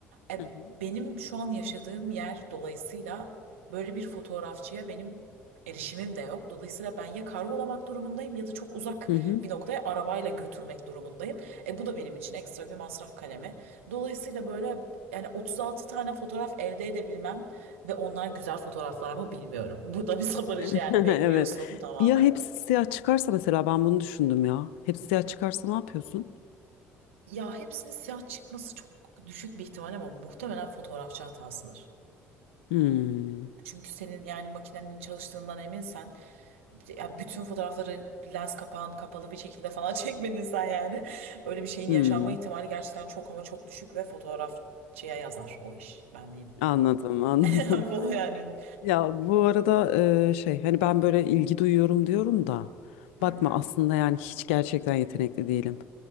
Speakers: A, on the right; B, on the left.
A: E,
B: Hı hı.
A: benim şu an yaşadığım yer dolayısıyla böyle bir fotoğrafçıya benim erişimim de yok. Dolayısıyla ben ya kargolamak durumundayım ya da çok uzak
B: Hı hı.
A: bir noktaya arabayla götürmek durumundayım. E bu da benim için ekstra bir masraf kalemi. Dolayısıyla böyle yani 36 tane fotoğraf elde edebilmem ve onlar güzel fotoğraflar mı bilmiyorum. <laughs> Bu da bir sabır
B: <laughs>
A: işi yani bekliyorsun
B: Evet.
A: tamamen.
B: Bir ya hepsi siyah çıkarsa mesela ben bunu düşündüm ya. Hepsi siyah çıkarsa ne yapıyorsun?
A: Ya hepsinin siyah çıkması çok düşük bir ihtimal ama muhtemelen fotoğrafçı hatasıdır.
B: Hmm.
A: Çünkü senin yani makinenin çalıştığından eminsen ya bütün fotoğrafları lens kapağın kapalı bir şekilde falan <laughs> çekmediysen yani öyle bir şeyin
B: Hmm.
A: yaşanma ihtimali gerçekten çok ama çok düşük ve fotoğrafçıya yazar o iş ben diyeyim.
B: Anladım, anladım.
A: <laughs> Bu Yani.
B: Ya bu arada e, şey hani ben böyle ilgi duyuyorum diyorum da
A: Hı
B: bakma
A: hı.
B: aslında yani hiç gerçekten yetenekli değilim.